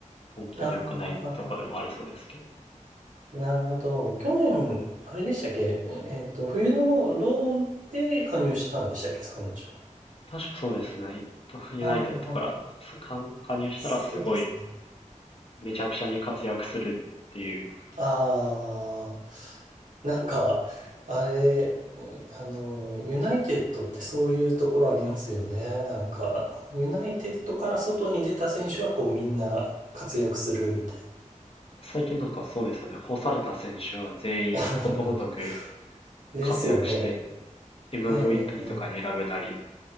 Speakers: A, on the left (about 45°); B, on the right (about 70°).
A: 今季良くないとこでもありそうですけど。
B: ああ、ははなるほど。去年、あれでしたっけえっと、冬のローンで加入したんでしたっけ山頂は。
A: 確かそうですね。<laughs> ユナイテッドからさ加加入したらすごい
B: ああ、そうですね。
A: めちゃくちゃに活躍するっていう。
B: ああ、なんか、あれ、うんあの、ユナイテッドってそういうところありますよね。なんか、ユナイテッドから外に出た選手はこうみんな活躍するみたい
A: 最近なんかそうですよね。干された選手は全員ことごとく
B: な。<laughs> ですよね。
A: 活躍して、MVP
B: ええ、ええ
A: とかに選べたり、